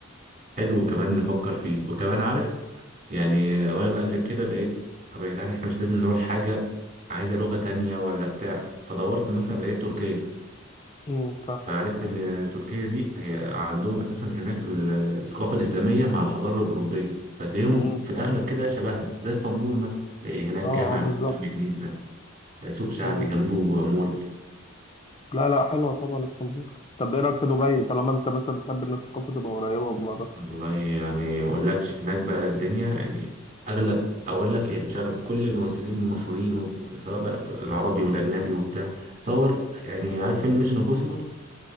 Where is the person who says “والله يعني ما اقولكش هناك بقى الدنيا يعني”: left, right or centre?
Right